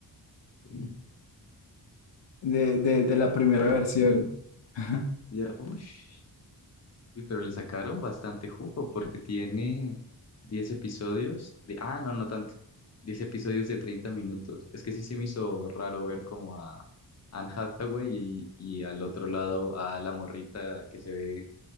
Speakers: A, on the left; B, on the left.
A: Mm,
B: <laughs> de, de, de la primera
A: Ya me imagino.
B: versión. <laughs>
A: Ya. Ush. Uy, pero le sacaron bastante jugo porque tiene 10 episodios de... Ah, no, no tanto. diez episodios de 30 minutos. Es que sí se me hizo raro ver como a Anne Hathaway y, y al otro lado a la morrita que se ve